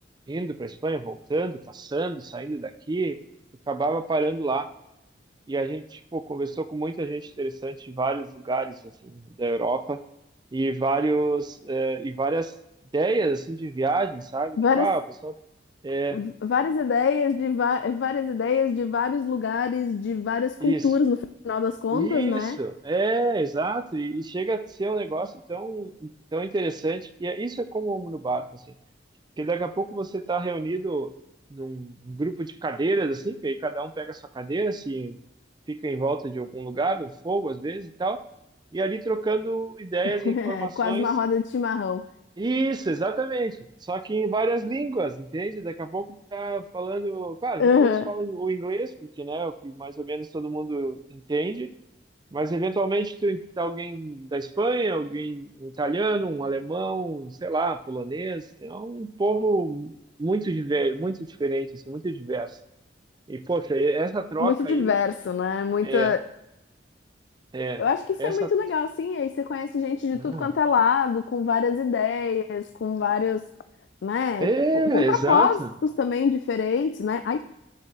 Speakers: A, on the right; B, on the left.
A: indo para a Espanha, voltando, passando, saindo daqui, acabava parando lá. E a gente, pô conversou com muita gente interessante em vários lugares, assim, da Europa e vários, eh, e várias ideias, assim, de viagem, sabe?
B: várias,
A: Tipo, ah, o pessoal. É,
B: v- várias ideias de va- várias ideias de vários lugares, de várias culturas,
A: isso.
B: no final das contas,
A: Isso,
B: né?
A: é, exato. E, e chega a ser um negócio tão, tão interessante que é, isso é como um no barco, assim. Porque daqui a pouco você está reunido num grupo de cadeiras, assim, porque aí cada um pega a sua cadeira, assim, fica em volta de algum lugar, no fogo às vezes e tal, e ali trocando ideias
B: <laughs>
A: e informações.
B: Quase uma roda de chimarrão.
A: Isso, exatamente. Só que em várias línguas, entende? Daqui a pouco tá falando, claro,
B: Aham.
A: geralmente se fala o inglês, porque, né, é o que mais ou menos todo mundo entende. Mas eventualmente tu, alguém da Espanha, alguém um italiano, um alemão, sei lá, polonês, é um povo muito diver- muito diferente, assim, muito diverso. E poxa, e essa troca
B: Muito diverso,
A: aí
B: né? Muita.
A: é é
B: Eu acho que isso
A: essa
B: é muito legal, sim. Aí você conhece gente de
A: ah,
B: tudo quanto é lado, com várias ideias, com vários, né,
A: é
B: com com propósitos
A: exato,
B: também diferentes, né? Ai,